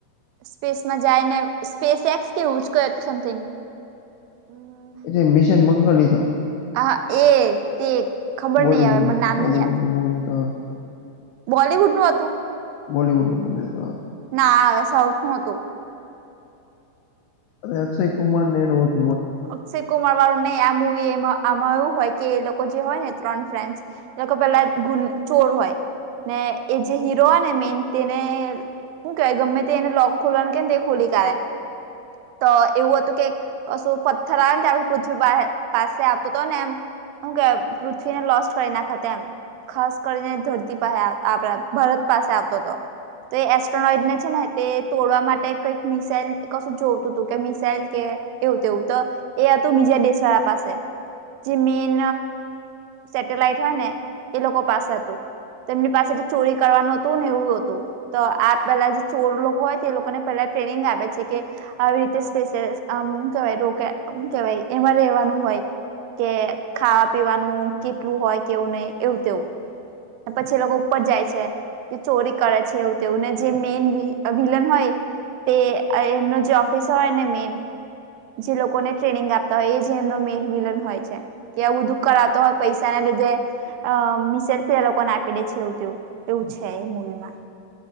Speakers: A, on the right (about 85°); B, on the left (about 90°).
A: સ્પેસમાં જાયને, સ્પેસ એક્સ કે એવુંજ કઈ હતું સમથિંગ. હમ્મ
B: જે મિશન મંગલ હીથો
A: હા એજ તેજ ખબર
B: બોલીવુડ
A: નહિ, હવે મને નામ
B: બોલીવુડ
A: નહિ યાદ.
B: મુવી તો
A: બોલિવુડ નું હતું.
B: બોલીવુડ નુ મુવી હતો
A: ના હવે સાઉથ નુ હતું.
B: અરે અક્ષય કુમાર ને એનુ હતુ
A: અક્ષય કુમાર વાળું નહિ, આ મુવી એમાં આમાં એવું હોયકે એ લોકોજે હોય ને ત્રણ ફ્રેન્ડસ એ લોકો પેલા ગુન ચોર હોય, ને એ જે હીરો હોય ને મેન તેને હુ કેહેવાય ગમે તે એને લોક ખોલવા નુ કે તે એ ખોલી કાઢે. તો એવું હતું કે અશોક પથ્થર આવે ને તે આપણી પૃથ્વી પાહે, પાસે આવતો તો ને એમ. હુ કેવાય પૃથ્વીને લોસ્ટ કરી નાખત એમ. ખાસ કરીને ધરતી પાહે આપડા ભારત પાસે આવતો હતો. તે એસ્ટ્રોનોઈટને છે ને તે તોડવા માટે કઈક મિસાઇલ કશું જોવતું તું કે મિસાઇલ કે એવું તેવું, તો એ હતું બીજા દેશ વાળા પાસે, જે મેન સેટેલાઈટ હોયને એ લોકો પાસે હતુ. તો એમની પાસેથી ચોરી કરવાનું હતું, ને એવું હતું. તો આ પેલા જે ચોર લોકો હોય, તે લોકોને પેલા ટ્રેનિંગ આવે છે કે આવી રીતે સ્પેસ હમ્મ હુ કેવાય રોકા હુ કેવાય એમાં રેવાનું હોય. કે ખાવા પીવાનું કેટલું હોય, કેવું નહી, એવું તેવું. ને પછી એ લોકો ઉપર જાય છે, તે ચોરી કરે છે એવુ તેવું, ને જે મેન વી વિલન હોય. તે એમનો જે ઓફિસર હોય ને મેન જે લોકોને ટ્રેનિંગ આપતા હોય, એ જ એમનો મેન વિલન હોય છે. કે એવું દુ કરા તો પૈસા ના લીધે. અ મિસેલ્ફી એ લોકોને આપી દે છે એવું તેવું, એવું છે એ મુવીમાં.